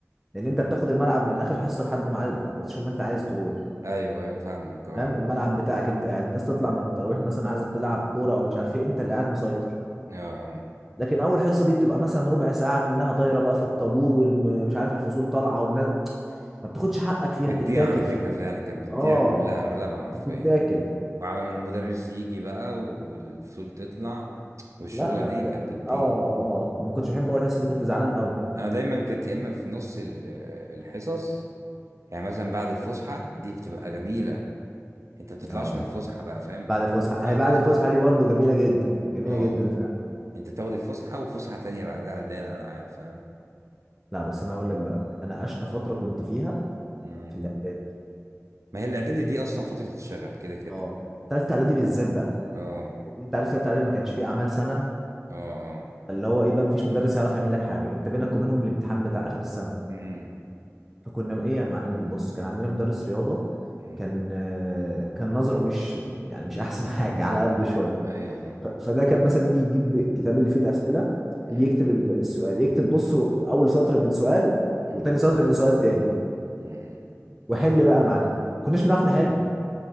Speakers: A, in the centre; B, on the right.
A: لان انت بتاخد الملعب من اخر حصة لحد ما عايز شو ما انت عايز تروح
B: ايوه ايوه فاهمك اه
A: فاهم الملعب بتاعك انت قاعد الناس تطلع من التراويح مثلا عايزه تلعب كوره او مش عارف ايه انت اللي قاعد مسيطر
B: اه اه
A: لكن اول حصه دي بتبقى مثلا ربع ساعه منها طايره بقى في الطابور ومش عارف الفصول طالعه ما بتاخدش حقك فيها
B: بتضيع
A: بتتاكل
B: على
A: فيها
B: فكرة فعلا كانت بتضيع
A: اه
B: كلها اغلبها حرفيا
A: بتتاكل
B: وعمل ما المدرس يجي بقى والفصول تطلع والشغلة
A: لا لا
B: دي كانت
A: كده
B: بتضيع
A: اه اه ما كنتش بحب اقول الحصه دي كنت زعلان قوي
B: انا دايما كانت يا اما في نص ال- الحصص يعني مثلا بعد الفسحه دي بتبقى جميله انت ما بتطلعش
A: اه
B: من الفسحه بقى فاهم انت
A: بعد
B: بتكمل
A: الفسحه
B: بعد
A: هي بعد
B: الفسحه
A: الفسحه
B: على طول.
A: دي برضو جميله جدا جميله
B: اه
A: جدا فعلا
B: انت بتاخد الفسحه وفسحه تانية بعدها اللي هي الالعاب فاهم
A: لا بس انا هقول لك بقى انا اشقى فتره كنت فيها
B: مم.
A: في الاعدادي
B: ما هي الاعدادي دي اصلا فتره الشغب كده كده
A: اه ثالثه اعدادي بالذات بقى
B: اه
A: اللي انت عارف ثالثه اعدادي ما كانش فيه اعمال سنه
B: اه اه
A: اللي هو ايه بقى ما فيش مدرس هيعرف يعمل لك حاجه انت بينك وبينهم الامتحان بتاع اخر السنه
B: مم.
A: فكنا بقى ايه يا معلم بص كان عندنا مدرس رياضه
B: مم.
A: كان آه، كان نظره مش يعني مش احسن <laughs> حاجه على قده شويه
B: ايوه فاهم
A: ف- فده كان مثلا يجي يجيب الكتاب اللي فيه الاسئله
B: مم.
A: يجي يكتب ال- السؤال يكتب نصه اول سطر من سؤال
B: مم.
A: وتاني سطر من سؤال تاني
B: مم.
A: وحل بقى يا معلم ما كناش بنعرف نحل